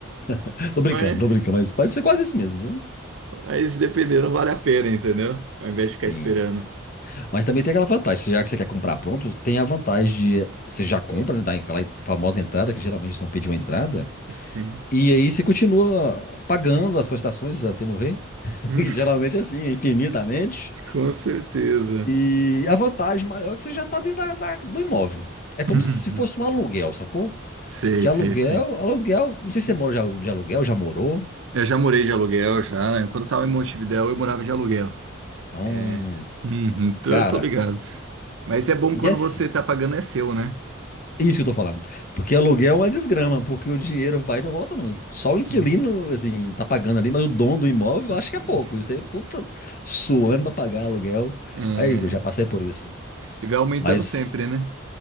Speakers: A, on the left; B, on the right.
A: <laughs> Tô
B: Mas,
A: brincando, tô brincando, mas pode ser quase isso mesmo, viu?
B: mas dependendo, vale a pena, entendeu? Ao invés de
A: Sim.
B: ficar esperando.
A: Mas também tem aquela vantagem, já que você quer comprar pronto, tem a vantagem de você já compra, né, dá aquela famosa entrada, que geralmente eles não pedem uma entrada,
B: Sim.
A: e
B: <laughs>
A: aí você continua pagando as prestações até morrer, <laughs>
B: Hum,
A: que geralmente é assim, infinitamente.
B: com certeza.
A: E a vantagem maior é que você já está dentro da- da- do imóvel. É como
B: Uhum.
A: se fosse um aluguel, sacou?
B: Sei,
A: Que aluguel,
B: sei, sei.
A: aluguel, não sei se você mora de alu- de aluguel, já morou.
B: Eu já morei de aluguel, já, né? Quando eu tava em Montevidéu, eu morava de aluguel.
A: Não,
B: É. Uhum, tô,
A: cara,
B: tô ligado. Mas é bom
A: e
B: quando
A: assim,
B: você tá pagando, é seu, né?
A: É Isso que eu tô falando. Porque aluguel é uma desgrama, porque o dinheiro vai e não volta, não. Só o inquilino,
B: <laughs>
A: assim, tá pagando ali, mas o dono do imóvel
B: Uhum.
A: acho que é pouco. E Você, puta, suando pra pagar aluguel.
B: É.
A: Aí, eu já passei por isso.
B: E vai aumentando
A: Mas,
B: sempre, né?